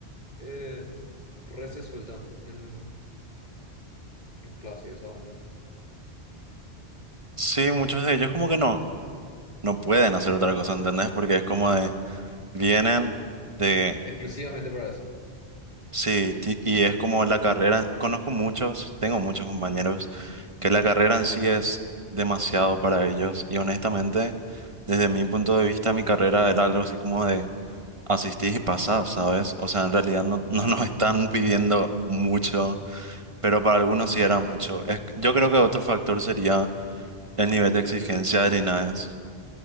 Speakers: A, on the left (about 45°); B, on the right (about 30°).
A: eh, re se sueltan en, en clase esa onda.
B: Sí, muchos de ellos como que no, no pueden hacer otra cosa, ¿entendés? Porque es como de, vienen de,
A: Exclusivamente para eso.
B: sí, ti- y es como la carrera, conozco muchos, tengo muchos compañeros, que la carrera en sí es demasiado para ellos. Y honestamente, desde mi punto de vista, mi carrera era algo así como de asistís y pasás, ¿sabes? O sea, en realidad no, <laughs> no nos están pidiendo mucho, pero para
A: Ah,
B: algunos sí era mucho. Es- yo creo que otro factor sería el nivel de exigencia
A: l-
B: del INAES.